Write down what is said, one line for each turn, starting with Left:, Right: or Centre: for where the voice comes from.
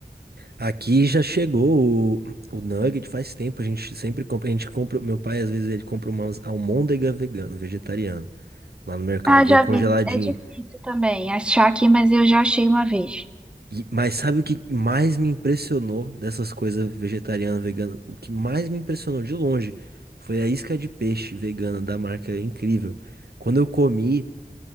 Right: Aqui já chegou o, o nugget faz tempo, a gente sempre compra, a gente compra, meu pai às vezes ele compra umas almôndega vegana, vegetariana lá no mercado,
Centre: Ah,
Right: vem
Centre: já
Right: congeladinho.
Centre: vi. É difícil também achar aqui, mas eu já achei uma vez.
Right: E- mas sabe o que mais me impressionou dessas coisas vegetariana, vegana? O que mais me impressionou de longe foi a isca de peixe vegana da marca Incrível. Quando eu comi,